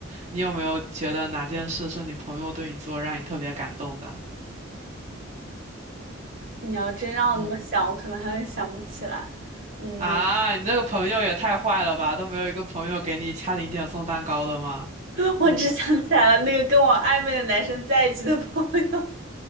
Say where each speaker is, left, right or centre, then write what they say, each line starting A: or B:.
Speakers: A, on the right (about 35°); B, on the right (about 75°).
A: 你有没有觉得哪件事是你朋友对你做让你特别感动的？
B: 你要真让我那么想，
A: 嗯。
B: 我可能还会想不起来。嗯，
A: 啊，你这个朋友也太坏了吧，都没有一个朋友给你掐零点送蛋糕的吗？
B: <laughs> 我只想起来了那个跟我暧昧的男生在一起的朋友。
A: 嗯，